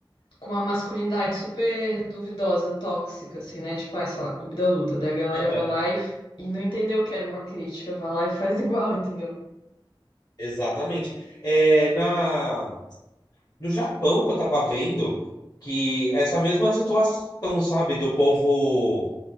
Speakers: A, on the left; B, on the left.
A: com uma masculinidade super duvidosa, tóxica, assim, né? Tipo, ah, sei lá, Clube da Luta. Daí a galera
B: Aham.
A: vai lá e, f- e não entendeu que era uma crítica, vai lá e faz <laughs> igual, entendeu?
B: Exatamente. É, na no Japão que eu tava vendo que essa mesma situação, sabe, do povo